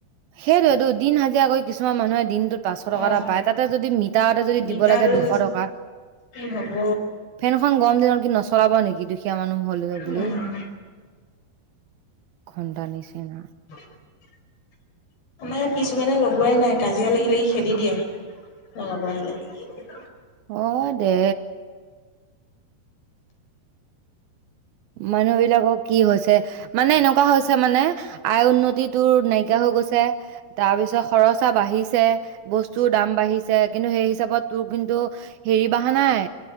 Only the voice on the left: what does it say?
অ'।
মিটাৰটো
কি হ'ব।
উম।
<unintelligible> আমাৰ এইয়াত কিছুমানে লগোৱাই নাই কাজিয়া লাগি লাগি খেদি দিয়ে। <unintelligible>